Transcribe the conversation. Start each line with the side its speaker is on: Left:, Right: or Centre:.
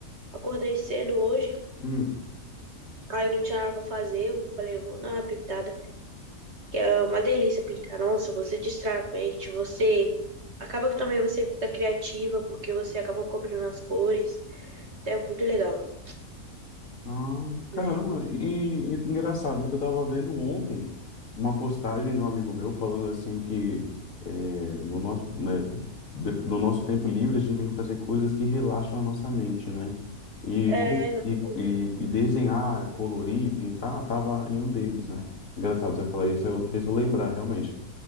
Right: Acordei cedo hoje.
Left: hum.
Right: Aí não tinha nada pra fazer, eu falei, vou dar uma pintada, que é uma delícia pintar onça, você distrai a mente, você acaba que também você fica criativa, porque você acaba cobrindo as cores, então é muito legal,
Left: Ah, caramba.
Right: né?
Left: E, e engraçado que eu tava vendo ontem uma postagem de um amigo meu falando assim que é, no nosso, né, de- no nosso tempo livre a gente tem que fazer coisas que relaxam a nossa mente, né? E,
Right: É,
Left: co-
Right: exatamente.
Left: e, e, e desenhar, colorir, pintar, tava em um deles, né? Engraçado você falar isso, aí eu fez eu lembrar, realmente.